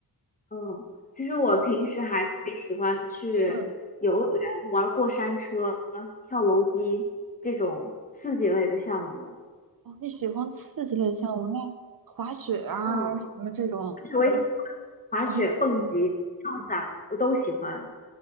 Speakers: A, on the left; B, on the right.
A: 嗯，其实我平时还特别喜欢去游乐园玩过山车、
B: 总之嗯，
A: 跳楼机这种刺激类的项目，
B: 哦，你喜欢刺激类的项目，那滑雪啊什么这种，
A: 嗯，而且我也喜欢滑雪、
B: 哦，你都喜欢
A: 蹦极、跳伞，我都喜欢。